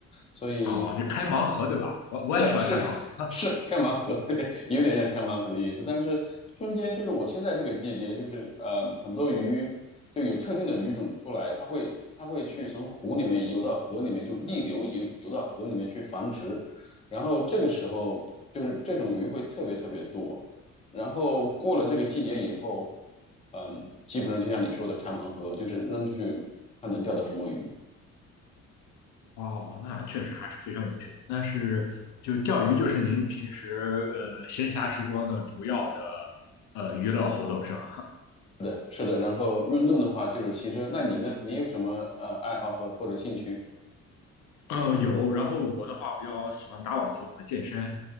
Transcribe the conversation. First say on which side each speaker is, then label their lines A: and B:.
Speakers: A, on the left (about 20°); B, on the left (about 85°).
A: 所以
B: 哦，就开盲盒对吧？我我也喜欢开盲盒。
A: 对，是是开盲盒，对，有点像开盲盒的意思。但是春天就是我现在这个季节，就是呃，很多鱼就有特定的鱼种出来，它会它会去从湖里面游到河里面，就逆流游游到河里面去繁殖。然后这个时候就是这种鱼会特别特别多。然后过了这个季节以后，嗯、基本上就像你说的开盲盒，就是扔出去看能钓到什么鱼。
B: 哦，那确实还是非常有趣的。那是就钓鱼，就是您平时呃闲暇时光的主要的呃娱乐活动是吧？
A: 的，是的。然后运动的话就是骑车。那你呢？你有什么呃爱好和或者兴趣？
B: 嗯，有。然后我的话比较喜欢打网球和健身，